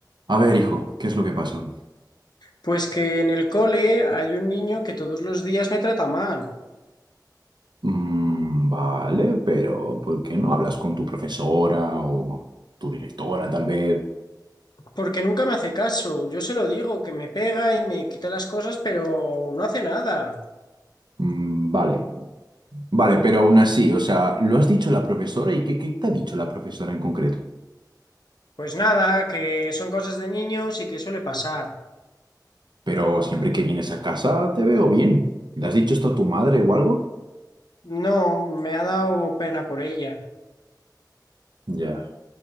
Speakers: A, on the right; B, on the left.
A: A ver, hijo, ¿qué es lo que pasa?
B: Pues que en el cole hay un niño que todos los días me trata mal,
A: "Mm, vale, pero ¿por qué no hablas con tu profesora o tu directora, tal vez?
B: porque nunca me hace caso. Yo se lo digo, que me pega y me quita las cosas, pero no hace nada.
A: "Mm, vale, vale, pero aún así, o sea, ¿lo has dicho la profesora y qué, qué te ha dicho la profesora en concreto?
B: Pues nada, que son cosas de niños y que suele pasar.
A: Pero siempre que vienes a casa te veo bien. ¿Le has dicho esto a tu madre o algo?
B: No, me ha dado pena por ella,
A: Ya,